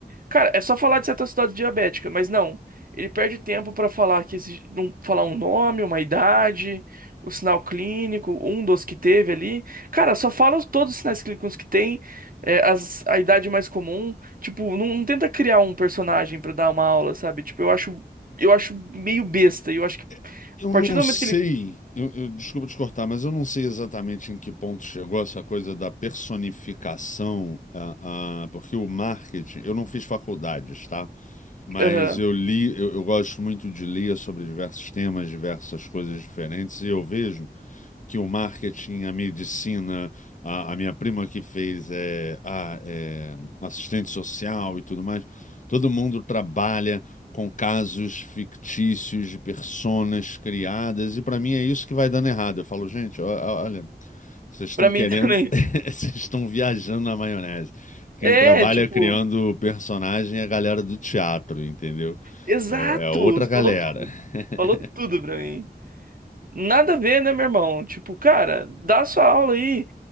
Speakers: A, on the right; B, on the left.
A: Cara, é só falar de cetoacidose diabética, mas não. Ele perde tempo pra falar que exi- não falar um nome, uma idade, o sinal clínico, um dos que teve ali. Cara, só fala os- todos os sinais clínicos que tem, é, as- a idade mais comum. Tipo, não, não tenta criar um personagem pra dar uma aula, sabe? Tipo, eu acho, eu acho meio besta. E eu acho que
B: É, Eu
A: a partir
B: não
A: do momento
B: sei,
A: que ele,
B: eu, eu- desculpa te cortar, mas eu não sei exatamente em que ponto chegou essa coisa da personificação, ah, ah, porque o marketing, eu não fiz faculdades, tá? Mas
A: Aham.
B: eu li, eu, eu gosto muito de ler sobre diversos temas, diversas coisas diferentes, e eu vejo que o marketing, a medicina, a, a minha prima que fez é, a- é, assistente social e tudo mais, todo mundo trabalha com casos fictícios de personas criadas, e para mim é isso que vai dando errado. Eu falo, gente, ó- ó- olha, vocês estão
A: Pra mim
B: querendo,
A: também.
B: <laughs>
A: <laughs>
B: vocês estão viajando na maionese. Quem
A: É,
B: trabalha
A: tipo,
B: criando personagem é a galera do teatro, entendeu?
A: exato.
B: É, é outra
A: Você
B: galera.
A: Falou tudo.
B: <laughs>
A: Falou tudo pra mim. Nada a ver, né, meu irmão? Tipo, cara, dá sua aula aí.